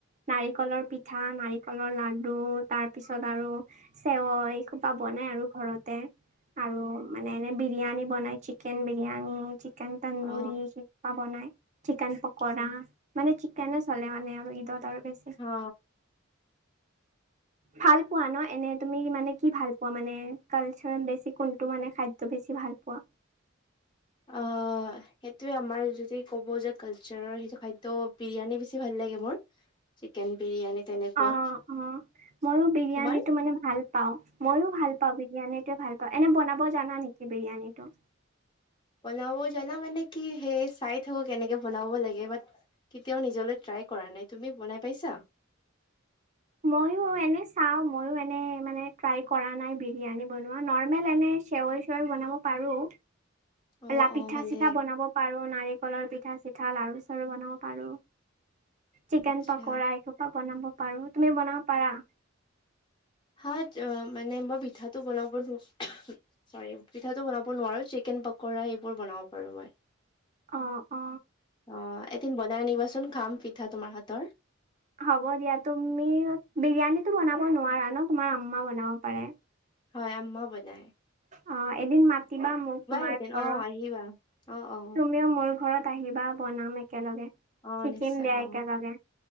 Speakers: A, on the right; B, on the left.
A: নাৰিকলৰ পিঠা নাৰিকলৰ নাৰিকলৰ লাডু তাৰ পিছত আৰু চেৱই এই সোপা বনাই আৰু ঘৰত আৰু মানে এনে বিৰিয়ানী বনাই চিকেন বিৰিয়ানী চিকেন তন্দুৰী
B: অ
A: সেইবোৰ বনাই চিকেন পকৰা
B: অ
A: মানে চিকেনে চলে মানে আৰু ঈদত আৰু বেছি
B: অ
A: ভাল পোৱা ন এনে তুমি মানে কি ভাল পোৱা মানে কালচাৰত বেছি কোনটো মানে খাদ্য বেছি ভাল পোৱা
B: অ সেইটোৱে আমাৰ যদি ক'ব যে কালচাৰৰ সেইটো খাদ্য বিৰিয়ানী বেছি ভাল লাগে মোৰ চিকেন বিৰিয়ানী তেনেকুৱা
A: অ অ ময়ো বিৰিয়ানীটো
B: তোমাৰ
A: মানে ভাল পাও মইও ভাল পাও বিৰিয়ানীটোয়ে ভাল অ এনে বনাব জানা নেকি বিৰিয়ানীটো
B: বনাব জানা মানে কি সেই চাই থাকো কেনেকে বনাব লাগে বাত কেতিয়াও নিজলৈ ট্ৰাই কৰা নাই তুমি বনাই পাইছা
A: মইয়ো এনে চাও মইয়ো এনে মানে ট্ৰাই কৰা নাই বিৰিয়ানী বনোৱা নৰ্মেল এনে চেৱই বনাব পাৰো
B: অ
A: ৰা
B: অ
A: পিঠা
B: ভালে
A: চিঠা বনাব পাৰো নাৰিকলৰ পিঠা চিঠা লাৰু চাৰু বনাব পাৰো চিকেন
B: আচ্ছা
A: পকৰা এসোপা বনাব পাৰো তুমি বনাব পাৰা
B: হয় তো মানে মই পিঠাটো বনাব নোৱাৰো চৰি পিঠাটো বনাব নোৱাৰো চিকেন পকৰা এইবোৰ বনাব পাৰো মই
A: অ অ
B: অ এদিন বনাই আনিবা চোন খাম পিঠা তোমাৰ হাতৰ
A: হ'ব দিয়া তুমি বিৰিয়ানীত বনাব নোৱাৰা ন তোমাৰ আম্মা বনাব পাৰে
B: হয় আম্মা বনায়
A: অ এদিন মাতিবা মোক তোমাৰ
B: এদিন
A: ঘৰত
B: অ আহিবা অ অ
A: তুমিও মোৰ ঘৰত আহিবা বনাম একেলগে
B: অ
A: শিকিম
B: নিশ্চয়
A: দিয়া
B: অ
A: একেলগে